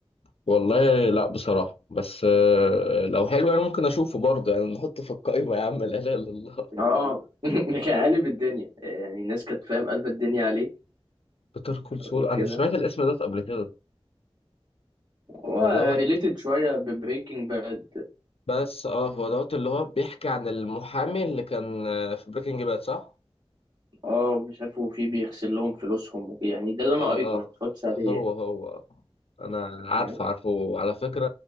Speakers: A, on the left; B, on the right.
A: والله لا بصراحة بس آه، لو حلو انا ممكن اشوفه برضه يعني نحطه في القائمة يا عم لا اله الا الله
B: اه <laughs> ده كان قالب الدنيا يعني الناس كانت فاهم قلب الدنيا عليه
A: بيتر كول سول
B: وكده
A: انا سمعت الاسم ده قبل كده
B: هو
A: هو دوت
B: ريليتد شويه ببريكنج باد
A: بس اه هو دوت اللي هو بيحكي عن المحامي اللي كان آه، في بريكنج باد صح
B: اه مش عارف وفي بيغسل لهم فلوسهم وكده يعني ده اللي انا
A: اه
B: قريته انا
A: اه
B: ما اتفرجتش عليه
A: هو
B: يعني
A: هو انا عارفه
B: تمام؟
A: عارفه على فكره